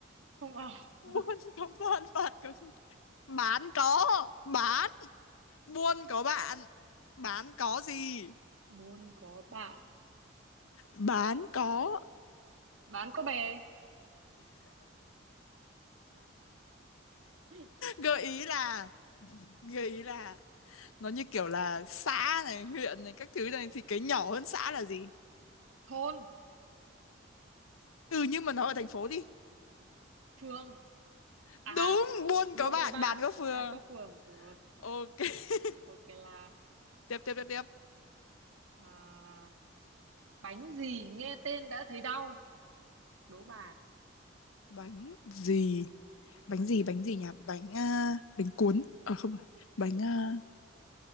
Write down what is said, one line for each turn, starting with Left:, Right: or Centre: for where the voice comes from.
Right: không à <laughs>
Left: buôn có bạn bạn có gì? bán có bán Buôn có bạn, bán có gì?
Right: buôn có bạn
Left: Bán có.
Right: bán có bè <laughs>
Left: Gợi ý là gợi ý là nó như kiểu là xã này, huyện này các thứ này thì cái nhỏ hơn xã là gì?
Right: thôn
Left: Ừ nhưng mà nó ở thành phố đi.
Right: phường à
Left: Đúng, buôn
Right: buôn
Left: có bạn,
Right: có bạn
Left: bán có phường.
Right: bán có phường rồi
Left: Ok. <laughs>
Right: ok là
Left: Tiếp tiếp tiếp tiếp.
Right: à, bánh gì nghe tên đã thấy đau đố bà
Left: Bánh gì? Bánh gì? Bánh gì nhỉ? Bánh à, bánh cuốn. Ờ à, không phải. Bánh à,